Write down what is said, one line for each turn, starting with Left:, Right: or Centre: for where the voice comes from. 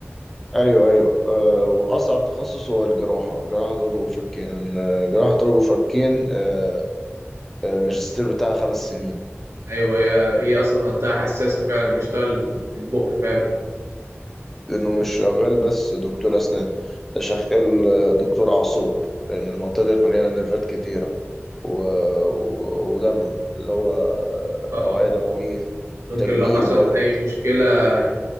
Centre: ايوه ايوه آه، واصعب تخصص هو الجراحه جراحه وجه وفكين آه، جراحه وجه وفكين آه، آه، الماجستير بتاعها خمس سنين
Right: ايوه هي هي اصلا منطقة حساسة فعلا بيشتغل في البق فعلا
Centre: لانه مش شغال بس دكتور اسنان ده شغال آه، دكتور اعصاب لان المنطقه ديت مليانه نيرفات كتيره و... و... ودم اللي هو
Right: آه،
Centre: اوعيه دمويه
Right: ممكن
Centre: وتجميل
Right: لو حصل
Centre: برضه
Right: اي مشكلة